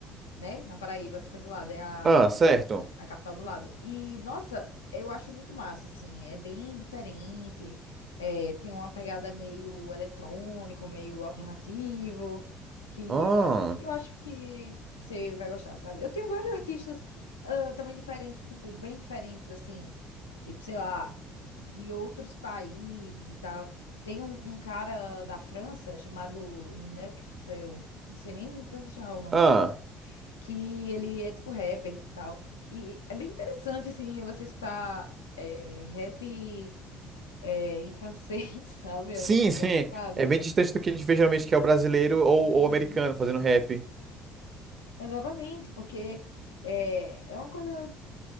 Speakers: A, on the left; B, on the right.
A: né? Na Paraíba, fica do lado. É a
B: Ah, certo.
A: a capital do lado. E, nossa, eu acho muito massa, assim. É bem diferente. é, tem uma pegada meio eletrônico, meio alternativo, que,
B: Ah,
A: eu a- que eu acho que, que você vai gostar, sabe? Eu tenho vários artistas ah, também diferentes, tipo, bem diferentes, assim. Tipo, sei lá, de outros países e tal. Tem um, um cara da França chamado Nekfeu. Não sei nem pronunciar o nome
B: ah.
A: do que ele é tipo rapper e tal. E é bem interessante, assim, você escutar é, rap é, em francês, <laughs> sabe?
B: Sim,
A: É muito engraçado.
B: <laughs> sim. É bem distante do que a gente vê geralmente, que é o brasileiro ou
A: Uhum.
B: ou o americano fazendo rap.
A: Exatamente, porque é, é uma coisa,